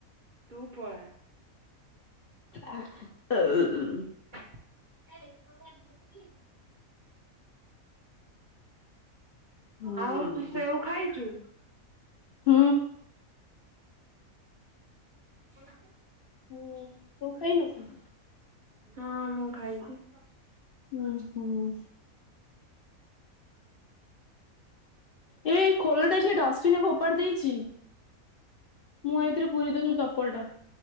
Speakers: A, on the right (about 45°); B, on the left (about 55°).
A: ତୁ ପଳା।
B: ଆ ଅଉ ଉଁ।
A: <inaudible>
B: ହୁଁ
A: ଆଉ ତୁ ସେଉ ଖାଇଛୁ?
B: ହୁଁ।
A: ସୋନାଲି
B: ହୁଁ ତୁ ଖାଇନୁ କି?
A: ହଁ ମୁଁ ଖାଇଛି।
B: ହୁଁ ହୁଁ। ଏଇ ଖୋଳଟା କିଏ ଡଷ୍ଟବିନ୍ ରେ ଫୋପାଡ଼ି ଦେଇଚି? ମୁଁ ଏଇଥିରେ ପୁରେଇ ଦଉଛି ମୁଁ ଚପଲ ଟା